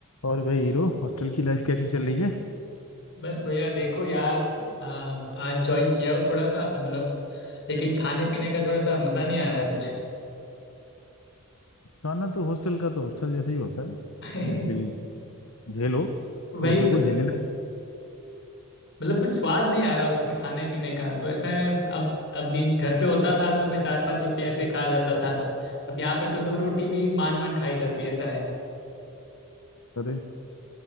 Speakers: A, on the left; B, on the left.
A: और भाई hero hostel की लाइफ कैसी चल रही है
B: बस भैया देखो यार आ, आज ज्वाइन किया हूँ थोड़ा सा मतलब लेकिन खाने पीने का थोड़ा सा मजा नहीं आ रहा है कुछ
A: खाना तो हॉस्टल का तो हॉस्टल जैसे ही होता है
B: <laughs>
A: बिल झेलो
B: वही
A: या बिल्कुल
B: तो
A: झेलने लायक
B: मतलब कुछ स्वाद नहीं आ रहा उसमें खाने पीने का तो ऐसा है अब अब दिन घर पे होता था तो मैं चार पांच रोटी ऐसे खा जाता था अब यहाँ पे तो दो रोटी भी मान मान खाई जाती है ऐसा है
A: अरे